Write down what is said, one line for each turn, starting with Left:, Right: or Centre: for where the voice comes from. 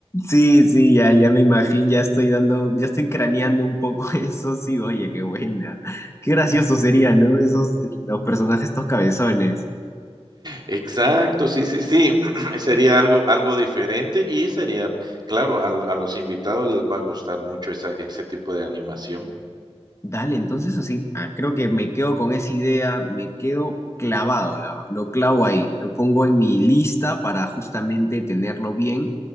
Left: sí, sí, ya, ya me imagino, ya estoy dando, ya estoy craneando un poco <laughs> eso, sí, oye, qué buena. Qué gracioso sería, ¿no? Esos, los personajes, estos cabezones.
Right: Exacto, sí, sí, sí. <clears throat> Sería algo, algo diferente y sería, claro, al- a, los invitados les va a gustar mucho esa, ese tipo de animación.
Left: Dale, entonces así, ah, creo que me quedo con esa idea, me quedo clavado, la verdad, lo clavo ahí, lo pongo en mi lista para justamente tenerlo bien